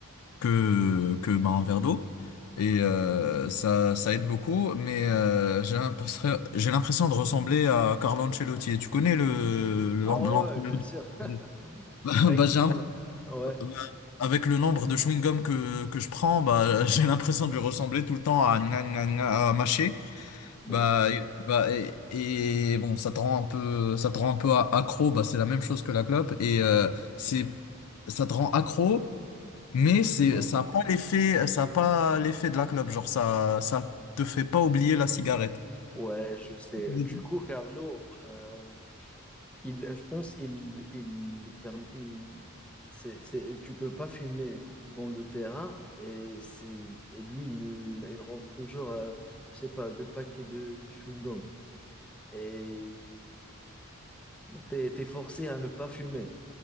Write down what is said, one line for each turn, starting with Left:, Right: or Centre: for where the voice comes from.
Left: que que bah, un verre d'eau et euh, ça ça aide beaucoup mais euh, j'ai l'impression j'ai l'impression de ressembler à Carlo Ancelotti Et tu connais le l'en-
Centre: Ah ouais,
Left: l'entraîneur
Centre: ouais, bien
Left: du-
Centre: sûr. <laughs>
Left: Oui. <laughs> bah,
Centre: Like,
Left: bah, j'ai un
Centre: euh, Ouais,
Left: bah, avec le nombre de chewing-gum que que je prends bah <laughs> j'ai l'impression de lui ressembler tout le temps à gna, gna, gna, à mâcher
Centre: ouais,
Left: bah et- bah et, et bon ça te rend un peu ça te rend un peu a- accro bah c'est la même chose que la clope et euh, c'est ça te rend accro mais c'est,
Centre: ouais.
Left: ça n'a pas l'effet, ça a pas l'effet de la clope. Genre, ça, ça te fait pas oublier la cigarette.
Centre: Ouais, je sais.
Left: Mhm.
Centre: Du coup, Carlo, euh, Il, je pense il, il, le perm- il, c'est, c'est, tu peux pas fumer dans le terrain et, c'est, et lui, il, il rentre toujours, à, je sais pas, deux paquets de, de chewing-gum. Et t'es, t'es forcé à ne pas fumer.